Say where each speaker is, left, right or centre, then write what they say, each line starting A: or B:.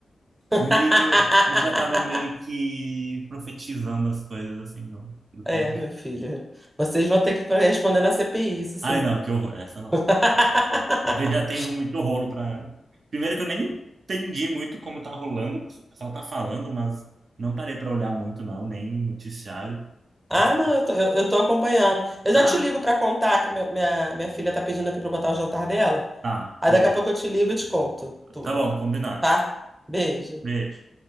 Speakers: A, on the right; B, on the right.
A: <laughs>
B: meio. A gente já tava meio que profetizando as coisas, assim, do, do que.
A: É, meu filho. Vocês vão ter que responder na CPI, isso sim.
B: Ai, não, que horror, essa não.
A: <laughs>
B: Eu já tenho muito rolo para. Primeiro que eu nem entendi muito como tá rolando, o pessoal tá falando, mas não parei para olhar muito, não, nem noticiário.
A: Ah,
B: Mas
A: não, eu tô, eu, eu tô acompanhando. Eu
B: tá,
A: já te ligo pra contar que meu- minha, minha filha tá pedindo aqui pra eu botar o jantar dela.
B: tá,
A: Aí
B: beleza.
A: daqui a pouco eu te ligo e te conto tudo,
B: Tá bom, combinado.
A: tá? Beijo.
B: Beijo.